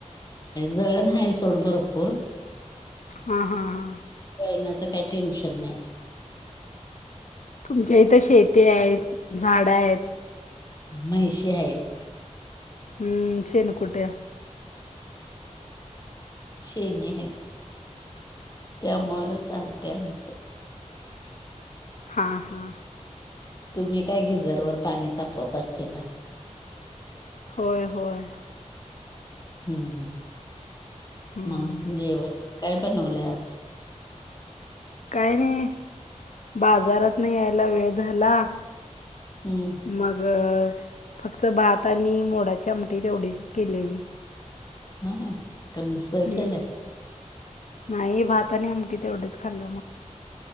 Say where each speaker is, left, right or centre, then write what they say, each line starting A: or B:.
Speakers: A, on the left; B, on the left.
A: जळण आहे सोड भरपूर.
B: हा हा हा
A: ज ळण्याचं काही टेन्शन नाही.
B: तुमच्या इथं शेती आहेत झाड आहेत.
A: म्हैशी आहेत.
B: हम्म शेन कुटया.
A: शेणी आहेत त्यामुळं चालते आमचं.
B: हा हा.
A: तुम्ही काय गिजरवर पाणी तापवत असतीलला.
B: होय होय.
A: हम्म
B: हम्म.
A: मग जेवण काय बनवलंय आज.
B: काय नाही बाजारात नाही यायला वेळ झाला.
A: हम्म.
B: मग फक्त भात आणि मोडाच्या आमठी तेवढीच केलेली.
A: हा का मिसळकेलेय.
B: हम्म. नाही भाता आणि आमटी तेवढंच खाल्लं मग.